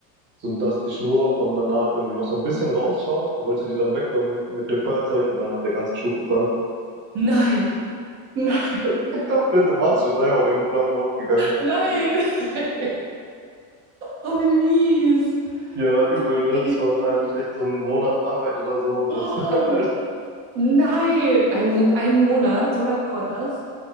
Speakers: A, on the right (about 25°); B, on the right (about 50°).
A: so, dass die Schnur von der Naht irgendwie noch so ein bisschen rausschaut, wollte die dann wegräumen mit dem Feuerzeug und dann hat der ganze Schuh gebrannt.
B: Nein. Nein.
A: <laughs> Komplette Maß ist einfach in Flammen aufgegangen.
B: Nein. <laughs> Oh, wie mies.
A: Ja, übel,
B: Oh, das ist
A: ne?
B: ja
A: Das
B: richtig
A: war dann halt
B: mies.
A: echt so ein Monat Arbeit oder so und
B: Oh,
A: das <laughs> dann halt
B: nein. Ein, Mo ein Monat? So lange dauert das?